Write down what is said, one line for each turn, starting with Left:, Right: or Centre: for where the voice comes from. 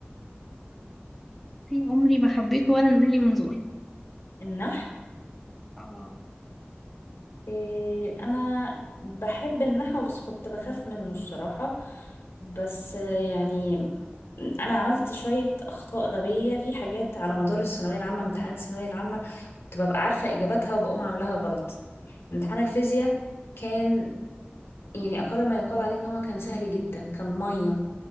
Centre: في <laughs> عمري ما حبيته ولا نزل لي منظور
Left: النحو
Centre: اه
Left: إيه أنا بحب النحو بس كنت بخاف منه الصراحة بس آه، يعني أنا عملت شوية أخطاء غبية في حاجات على مدار الثانوية العامة امتحانات الثانوية العامة كنت ببقى عارفة إجاباتها وبقوم عاملاها غلط امتحان الفيزياء كان يعني أقل ما يقال عليه إن هو كان سهل جدا كان مية